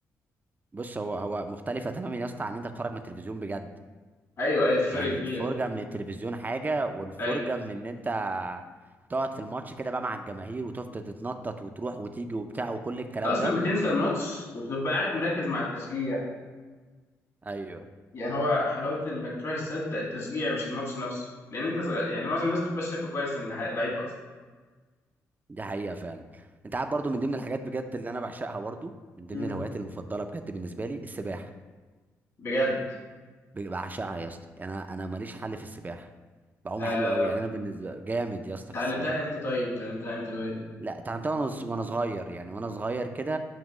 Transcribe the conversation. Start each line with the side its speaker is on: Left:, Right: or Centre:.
Right: بص هو هو مختلفة تماما يا اسطى عن ان انت بتتفرج من التلفزيون بجد
Left: ايوه ايوه في فرق
Right: يعني
Left: كبير
Right: الفرجة من التلفزيون حاجة والفرجة
Left: ايوه
Right: من ان انت تقعد في الماتش كده بقى مع الجماهير وتفضل تتنطط وتروح وتيجي وبتاع وكل الكلام
Left: انت اصلا
Right: ده
Left: بتنسى الماتش وبتبقى قاعد مركز مع التشجيع
Right: ايوه
Left: يعني هو حلاوه انك تروح الاستاد التشجيع مش الماتش نفسه لان انت صغ- يعني معظم الناس بتبقى شايفه كويس إن اللع- اللعيب اصلا
Right: دي حقيقة فعلا انت عارف برضو من ضمن الحاجات بجد اللي انا بعشقها برضو من ضمن
Left: مم.
Right: الهوايات المفضلة بجد بالنسبة لي السباحة
Left: بجد
Right: ب- بعشقها يا اسطى يعني انا انا ماليش حل في السباحة بعوم
Left: آه،
Right: حلو قوي يعني انا بالنسبة جامد يا اسطى
Left: اتعلمتها
Right: في السباحة
Left: امتى طيب اتعلمتها امتى الهوايه
Right: لا تعلمتها وانا ص- وأنا صغير يعني وانا صغير كده